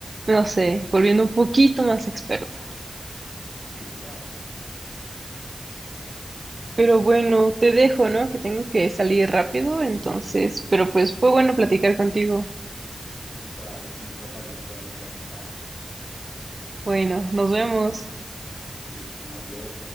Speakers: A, on the right; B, on the left.
A: no sé, volviendo un poquito más experto.
B: Sí, claro.
A: Pero bueno, te dejo, ¿no? Que tengo que salir rápido, entonces, pero pues fue bueno platicar contigo.
B: Listo, dale, en otra ocasión podemos platicar.
A: Bueno, nos vemos.
B: Listo, adiós.